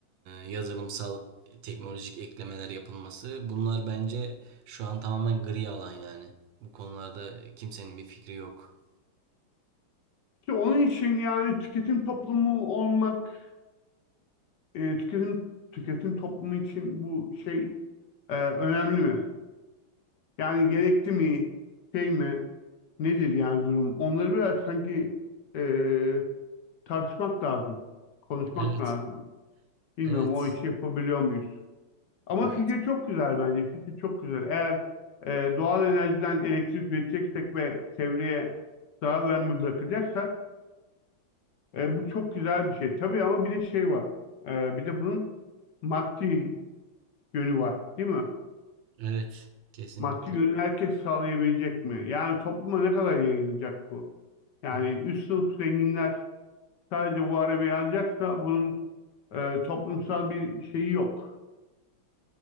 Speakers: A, on the right (about 75°); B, on the left (about 60°).
A: yazılımsal teknolojik eklemeler yapılması bunlar bence şu an tamamen gri alan yani. Bu konularda kimsenin bir fikri yok.
B: İşte onun için yani tüketim toplumu olmak, e, tüketim tüketim toplumu için bu şey e, önemli mi? Yani gerekli mi? Şey mi? Nedir yani durum? Onları biraz sanki e, tartışmak lazım, konuşmak
A: Evet,
B: lazım. Bilmiyorum
A: evet,
B: o işi yapabiliyor muyuz? Ama
A: evet,
B: fikir çok güzel bence. Fikir çok güzel. Eğer e, doğal enerjiden elektrik üreteceksek ve çevreye zarar verme bırakacaksak e, bu çok güzel bir şey. Tabii ama bir de şey var. E, bir de bunun maddi yönü var, değil mi?
A: evet, kesinlikle.
B: Maddi yönü herkes sağlayabilecek mi? Yani topluma ne kadar yayılacak bu? Yani
A: Evet.
B: üst sınıf zenginler sadece bu arabayı alacaksa bunun e, toplumsal bir şeyi yok.